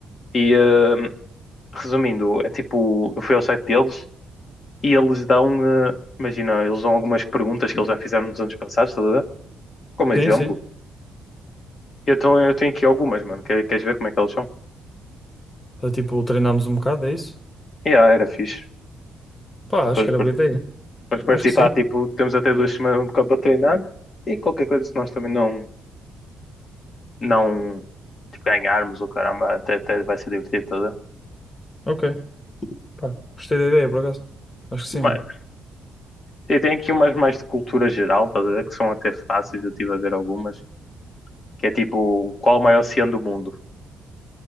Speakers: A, on the left; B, on the left.
A: E uh, resumindo, é tipo, eu fui ao site deles e eles dão, uh, imagina, eles dão algumas perguntas que eles já fizeram nos anos passados, estás a ver? Como exemplo.
B: Sim, sim.
A: Eu, tô, eu tenho aqui algumas, mano, quer- queres ver como é que elas são?
B: Para tipo treinarmos um bocado, é isso?
A: E Yeah, era fixe.
B: Pá,
A: pessoas
B: acho que era
A: par-
B: boa ideia.
A: para participar,
B: Acho que sim.
A: tipo, temos até duas semanas um para treinar e qualquer coisa, se nós também não, não tipo, ganharmos o caramba, até, até vai ser divertido, tá a ver?
B: Ok. Pá, gostei da ideia, por acaso. Acho que sim,
A: Mas
B: mano.
A: e tem aqui umas mais de cultura geral, tá a ver? Que são até fáceis, eu estive a ver algumas, que é tipo, qual o maior oceano do mundo?